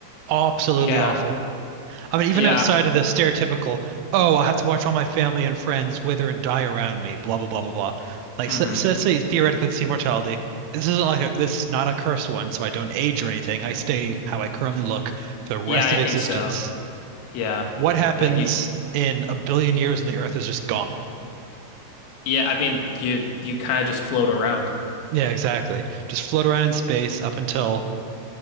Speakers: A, on the right; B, on the left.
A: Absolutely
B: Yeah.
A: awful. I mean, even
B: Yeah.
A: outside of the stereotypical, oh, I'll have to watch all my family and friends wither and die around me, blah, blah, blah, blah, blah. Like,
B: hmm
A: so, so let's say theoretically this immortality. This isn't like a, this is not a cursed one, so I don't age or anything. I stay how I currently look for the rest
B: Yeah, I
A: of
B: think
A: existence.
B: so. Yeah.
A: What happens
B: Like you,
A: in a billion years when the Earth is just gone?
B: yeah, I mean, you, you kind of just float around.
A: Yeah, exactly. Just float around in space up until